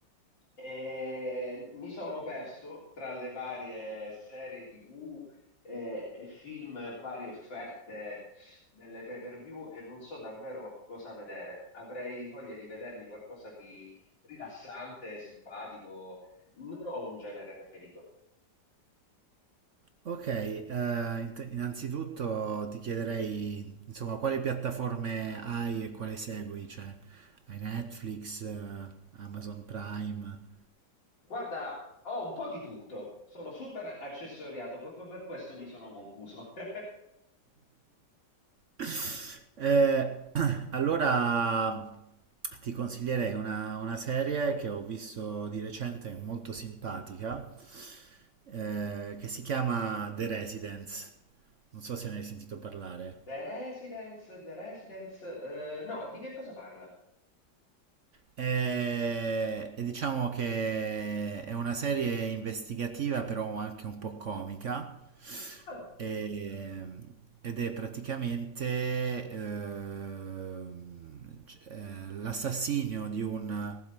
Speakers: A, on the left (about 80°); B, on the right (about 55°).
A: e mi sono perso tra le varie serie TV e, e film, e varie offerte delle pay-per-view e non so davvero cosa vedere. Avrei voglia di vedermi qualcosa di rilassante, simpatico. Non ho un genere preferito.
B: Ok, eh, int- innanzitutto ti chiederei, insomma, quali piattaforme hai e quale segui? Cioè, hai Netflix, eh, Amazon Prime?
A: Guarda, ho un po' di tutto, sono super accessoriato, proprio per questo mi sono confuso. <laughs>
B: <laughs> Eh, <clears throat> allora, ti consiglierei una, una serie che ho visto di recente, molto simpatica, eh, che si chiama The Residence. Non so se ne hai sentito parlare.
A: The Residence, The Residence, eh, no, di che cosa parla?
B: E, e diciamo che è una serie investigativa, però anche un po' comica,
A: Ah,
B: e- ed è praticamente ehm, c- eh, l'assassinio di un,